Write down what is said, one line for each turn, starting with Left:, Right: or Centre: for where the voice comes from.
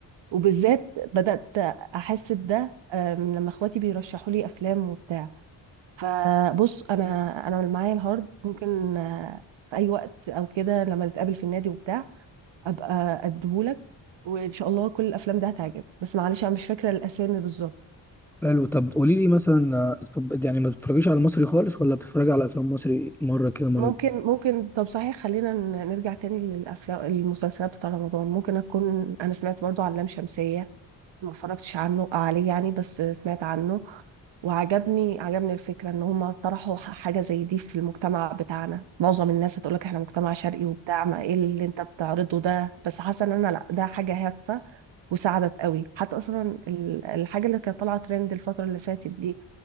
Right: وبالذات بدأت أحس بده آه، من لما إخواتي بيرشحوا لي أفلام وبتاع فبص أنا أنا معايا الهارد ممكن آه، في أي وقت أو كده لما نتقابل في النادي وبتاع أبقى أديهولك وإن شاء الله كل الأفلام دي هتعجبك بس معلش أنا مش فاكرة الأسامي بالظبط
Centre: حلو طب قولي لي مثلا آه، اتفرج- يعني ما بتتفرجيش على مصري خالص ولا بتتفرجي على افلام مصري مره كده مره
Right: ممكن ممكن طب صحيح خلينا ن- نرجع تاني للأفلام المسلسلات بتاع رمضان ممكن أكون أنا سمعت برضو عن لام شمسية ما اتفرجتش عنه آه، عليه يعني بس سمعت عنه وعجبني عجبني الفكرة ان هم طرحوا ح- حاجة زي دي في المجتمع بتاعنا معظم الناس هتقولك احنا مجتمع شرقي وبتاع ما ايه اللي انت بتعرضه ده بس حاسة ان انا لا ده حاجة هادفة وساعدت قوي حتى اصلا ال- الحاجة اللي كانت طالعة ترند الفترة اللي فاتت دي